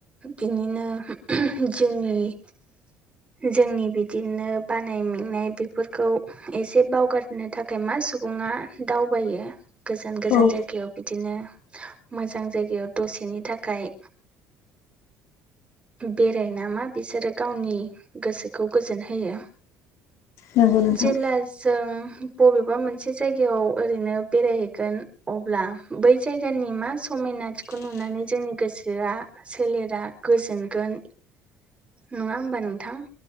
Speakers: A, on the right; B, on the left.
A: बिनिनो जोंनि जोंनि बिदिनो बानाय मेंनाय बेफोरखौ एसे बावगारनो थाखाय मा सुबुङा दावबायो। गोजान गोजान
B: औ
A: जायगायाव बिदिनो मोजां जायगायाव दसेनि थाखाय बेरायना मा बिसोरो गावनि गोसोखौ गोजोन होयो।
B: नंगौ नोंथां
A: जेब्ला जों बबेबा मोनसे जायगायाव ओरैनो बेरायहैगोन अब्ला बै जायगानि मा समायनाथिखौ नुनानै जोंनि <unintelligible> सोलेरा गोजोनगोन नङा होमबा नोंथां?